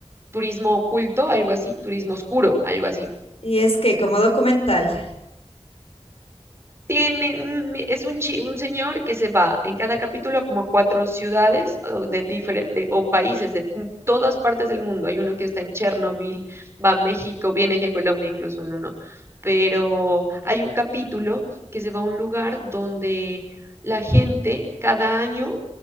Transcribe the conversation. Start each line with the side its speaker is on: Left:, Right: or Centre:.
Right: Turismo Oculto, algo así, Turismo Oscuro, algo así.
Left: y es que como documental.
Right: Tiene, mm, mi- es un, chi- un señor que se va en cada capítulo a como a cuatro ciudades o, de difere- de- o países de todas partes del mundo. Hay uno que está en Chernobyl, va a México, viene aquí a Colombia incluso en uno. Pero hay un capítulo que se va a un lugar donde la gente cada año